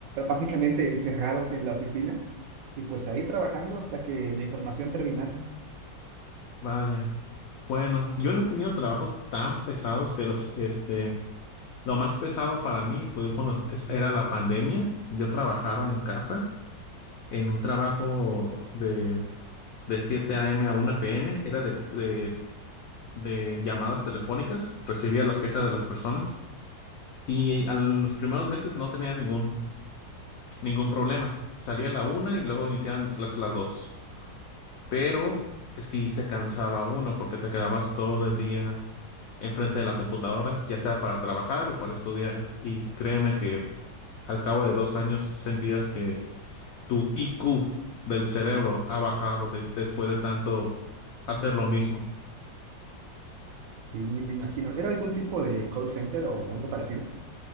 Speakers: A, on the right; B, on the left.
A: básicamente encerrados en la oficina y pues ahí trabajando hasta que la información terminara.
B: Vaya. Bueno, yo no he tenido trabajos tan pesados, pero s- este, lo más pesado para mí fue cuando es- era la pandemia. Yo trabajaba en casa en un trabajo de, de siete a m a una p m Era de, de- de llamadas telefónicas, recibía las quejas de las personas y a los primeros meses no tenía ningún, ningún problema. Salía a la una y luego iniciaba mis clases a las 2. Pero eh, sí se cansaba uno porque te quedabas todo el día enfrente de la computadora, ya sea para trabajar o para estudiar. Y créeme que al cabo de dos años sentías que tu IQ del cerebro ha bajado de- después de tanto hacer lo mismo.
A: Sí, me imagino. ¿Era algún tipo de call center o algo parecido?